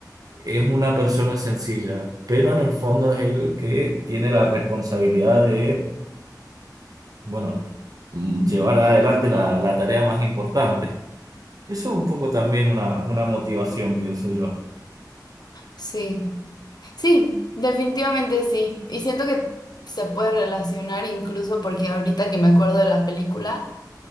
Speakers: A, on the right (about 55°); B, on the left (about 65°).
A: Es una persona sencilla, pero en el fondo es el que tiene la responsabilidad de bueno, mm, llevar adelante la, la tarea más importante. Eso es un poco también una, una motivación, pienso yo.
B: Sí. Sí, definitivamente sí. Y siento que se puede relacionar incluso porque ahorita que me acuerdo de la película,